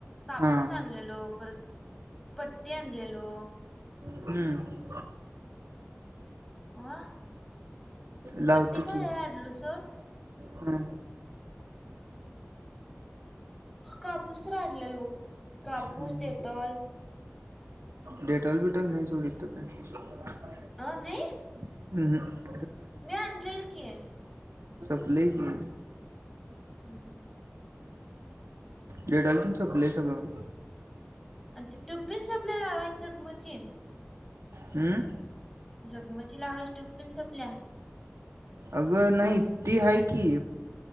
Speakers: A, in the centre; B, on the right (about 90°).
A: कापूस
B: हा
A: आणलेलो परत, पट्टी आणलेलो
B: हम्म
A: अं
B: लावतो
A: पट्टी खरी
B: की
A: आणलो सोड.
B: हम्म
A: कापूस तर आणलेलो बघ. कापूस
B: हम्म
A: डेटॉल
B: डेटॉल बिटॉल नाही सोड हितं काय
A: अं नाही?
B: हम् ह.
A: मी आणलेलं की.
B: सपलयं की.
A: हम् हम.
B: डेडॉल तेन सपलंय सगळं.
A: आणि ती टुबपीन संपलीया लावायची जखमची
B: हम्म.
A: जखमची लावायची टुबपण संपलीया?
B: अगं नाही ती हाय की.